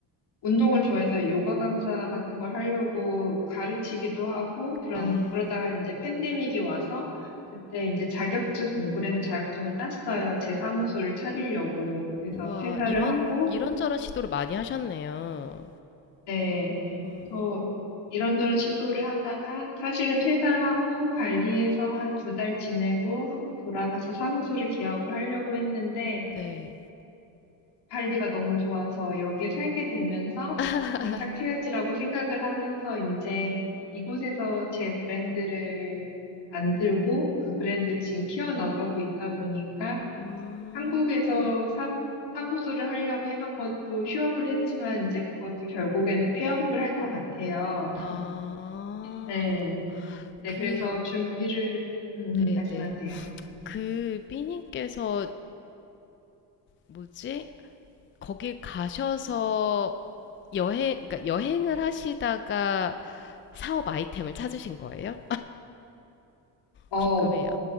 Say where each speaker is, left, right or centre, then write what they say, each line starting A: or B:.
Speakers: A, on the left; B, on the left.
A: 운동을 좋아해서 요가 강사 같은 걸 하려고 가르치기도 하고 그런
B: 아,
A: 그러다가 이제 팬데믹이 와서 그때 이제 자격증 공부를 해서 자격증을 땄어요. 제 사무소를 차리려고. 그래서
B: 우와,
A: 퇴사를
B: 이런,
A: 하고
B: 이런저런 시도를 많이 하셨네요.
A: 네.
B: 음,
A: 또 이런저런 시도를 하다가 사실은 퇴사를 하고 발리에서 한 두 달 지내고 한국 돌아가서 사무소를 개업을 하려고 했는데
B: 네.
A: 발리가 너무 좋아서 여기 살게 되면서
B: <laughs>
A: 정착해야지라고 생각을 하면서 이제 이곳에서 제 브랜드를 만들고 그 브랜드를 지금 키워나가고 있다 보니까
B: 음,
A: 한국에서 사, 사무소를 하려고 해놓은 것도 휴업을 했지만 이제 그것도 결국에는 폐업을 할 것 같아요.
B: 아,
A: 네. 네,
B: 그,
A: 그래서 준비를, 음,
B: 네네.
A: 음, 말씀하세요.
B: 그, 삐님께서, 뭐지? 거길 가셔서 여행, 그러니까 여행을 하시다가 사업 아이템을 찾으신 거예요?
A: 어,
B: 궁금해요.